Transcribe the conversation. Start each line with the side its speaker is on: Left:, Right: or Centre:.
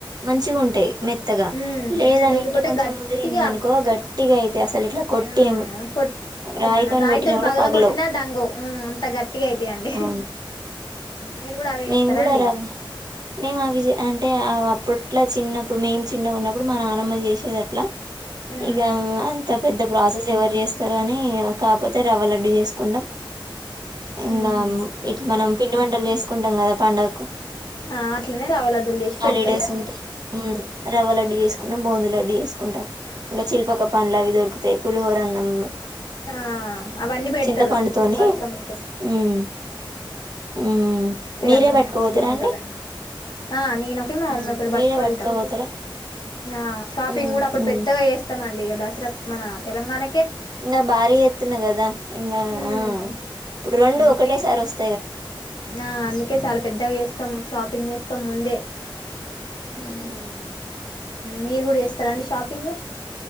Right: మంచిగుంటయి మెత్తగా
Left: ఉమ్
Right: లేదనంటే
Left: లేకపోతే
Right: కొంచెం
Left: గట్టిగా
Right: ముదిరిందనుకో గట్టిగా అయితయి అసలు ఇట్లా కొట్టి
Left: ఆ కొట్
Right: రాయితోని
Left: మన రాయితోటి
Right: కొట్టినా కూడా
Left: పగల
Right: పగలవు
Left: కొట్టినా డంగవు అంత గట్టిగా అయితాయండి
Right: అవును
Left: మీరు కూడా అవే
Right: మేము
Left: చేస్తారా
Right: కూడా
Left: అండి
Right: రవ్వ మేము అవిచెయ అంటే ఆ అవి అప్పుడ్ ఇట్లా చిన్నప్పుడు మేము చిన్నగున్నప్పు డు మా నానమ్మ చేసేదట్లా
Left: మ్మ్
Right: ఇక అంత పెద్ద ప్రాసెస్ ఎవరు చేస్ స్తారు అని కాపోతే రవ్వ లడ్డు చేసుకుంటాం ఇంగా
Left: ఊహూ
Right: ఇట్లా మనం పిండి వంటలు చేసుకుంటాం కదా పండగకు
Left: ఆ అట్లనే రవ్వ లడ్డూలు చేసి
Right: హాలిడేస్
Left: పెడతారేమో
Right: ఉంటే రవ్వలడ్డు చేసుకుంటాం బొందిలడ్డు చేసుకుంటం ఇగ చిల్పోకపండ్లు అవి దొరుకు తే పులిహోరన్నం
Left: ఆ అవన్నీ బెడతరు
Right: చింతపండుతోని
Left: బతుకమ్ అగ
Right: మ్మ్ మ్మ్
Left: పెదన్నమ్మాని
Right: మీరే పట్టుకపోతారా
Left: సిద్ధి మోటలాంటిది
Right: అండి
Left: ఆ నేనోటి మా
Right: మ్మ్
Left: మమ్మీ ఒటి
Right: మీరే
Left: పట్టుకొనివెళ్తాం
Right: పట్టుకపోతారా
Left: ఆ షాపింగ్
Right: మ్మ్
Left: కూడా అప్పుడు
Right: మ్మ్
Left: పెద్దగా చేస్తామం ం ఇ దసరా మన తెలంగాణ
Right: ఇంకా భారీ ఎతున్నా కదా ఇంకా
Left: ఉమ్
Right: ఆ ఇప్పుడు రెండు
Left: అందుకే
Right: ఒకటేసారి వస్త
Left: ఆ అందుకే చాలా పెద్దగా చేస్తాం ష షాపింగ్ చేస్తా ముందే ఆ
Right: మ్మ్
Left: మీరు కూడా చేస్తారా అండి షాపింగ్